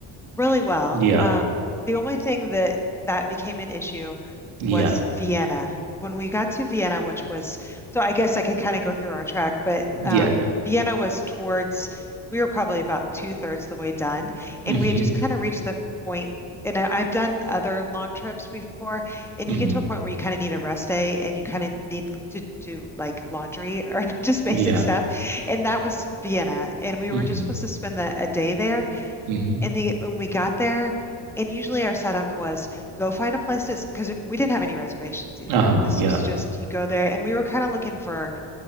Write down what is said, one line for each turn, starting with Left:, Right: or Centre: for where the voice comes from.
Centre: really well.
Right: Yeah.
Centre: Um, the only thing that that became an issue
Right: Yeah.
Centre: was Vienna. When we got to Vienna, which was, so I guess I could kind of go through our track, but
Right: Yeah.
Centre: um,
Right: Yeah.
Centre: Vienna was towards, we were probably about two thirds the way done, and
Right: hmm
Centre: we had just kind of reached the point. And I- I've done other long trips before, and
Right: hmm
Centre: you get to a point where you kind of need a rest day and you kind of need to do like laundry or <laughs> just basic
Right: Yeah.
Centre: stuff. And that was Vienna. And we
Right: hmm
Centre: were just supposed to spend the, a day there.
Right: hmm
Centre: And they when we got there, and usually our setup was go find a place to because we didn't have any reservations either.
Right: Uh-huh.
Centre: This
Right: Yeah.
Centre: was just you go there, and we were kind of looking for